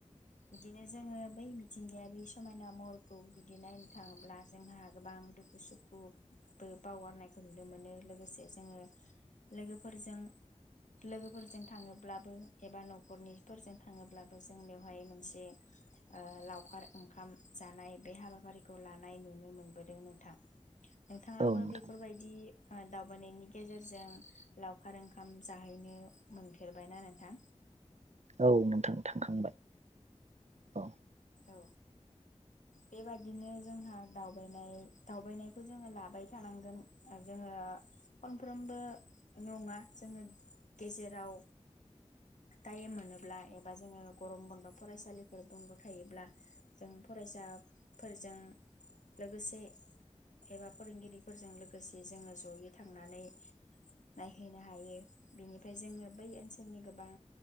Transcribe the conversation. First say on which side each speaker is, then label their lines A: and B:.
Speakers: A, on the left; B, on the right.
A: बिदिनो जोङो बै मिथिंगायारि समायना महरखौ जुदि नायनो थाङोब्ला जोंहा गोबां दुखु-सुखुबो बावगारनायखौ नुनो मोनो लोगोसे जोङो लोगोफोरजों लोगोफोरजों थाङोब्लाबो एबा न'खरनिफोरजों थाङोब्लाबो जों बेवहाय मोनसे ओ लावखार ओंखाम जानाय बे हाबाफारिखौ लानाय नुनो मोनबोदों नोंथां। नोंथाङाबो
B: औ नोंथां
A: बेफोरबायदि दावबायनायनि गेजेरजों लावखार ओंखाम जाहैनो मोनफेरबायना नोंथां?
B: औ नोंथां थांखांबाय औ।
A: औ बेबादिनो जोंहा दावबायनाय दावबायनायखौ जोङो लाबाय थानांगोन जोङो फनफ्रोमबो नङा जोङो गेजेराव टाइम मोनोब्ला एबा जोङो गरम बन्द' फरायसालिफोर बन्द' थायोब्ला जों फरायसाफोरजों लोगोसे एबा फोरोंगिरिफोरजों लोगोसे जोङो जयै थांनानै नायहैनो हायो बेनिफ्राय जोङो बै ओनसोलनि गोबां